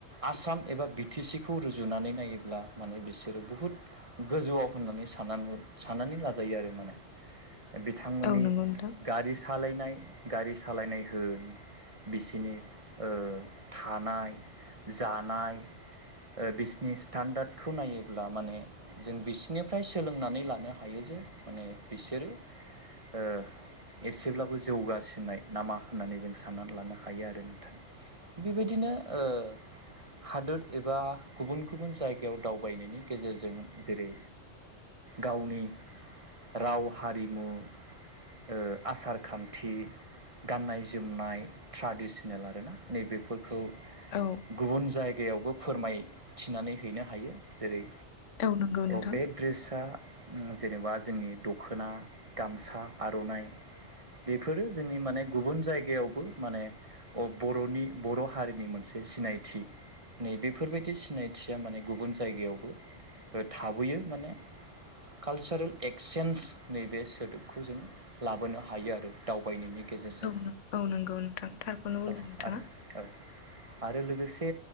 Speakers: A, on the right; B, on the left.
A: आसाम एबा बि टि सिखौ रुजुनानै नायोब्ला माने बिसोरो बु हुद गोजौआव होननानै साना-साननानै लाजायो आरो माने बिथांमोननि
B: औ नंगौ नोंथां
A: गारि सालायनाय गारि सालायनाय होन बिसिनि ओ थानाय जानाय ओ बिसिनि स्टान्डाडखौ नायोब्ला माने जों बिसिनिफ्राय सोलोंनानै लानो हायो जे माने बिसोरो ओ एसेब्लाबो जौगासिननाय नामा होननानै जों साननानै लानो हायो आरो नोंथां बेबायदिनो ओ हादोद एबा गुबुन गुबुन जायगायाव दावबायनायनि गेजेरजों जेरै गावनि राव हारिमु ओ आसार खान्थि गाननाय जोमनाय ट्राडिसनेल आरोना नैबेफोरखौ
B: औ
A: गुबुन जाय गायावबो फोरमायथिनानै हैनो हायो। जेरै
B: औ नंगौ नोंथां
A: अ बे ड्रेसा उम जेनेबा जोंनि दखोना, गामसा, आर'नाइ बेफोरो जोंनि माने गुबुन जायगायावबो माने अ बर'नि बर' हारिनि मोनसे सिनायथि। नै बेफोरबायदि सिनायथिया माने गुबुन जायगायावबो थाबोयो माने कालसारेल एक्सेन्ज नैबे सोदोबखौ जों लाबोनो हायो आरो दावबायनायनि गेजेरजों।
B: औ औ नंगौ नोंथां थारखौनो बुंदों
A: ओ
B: नोंथाङा
A: आरो ओ आरो लोगोसे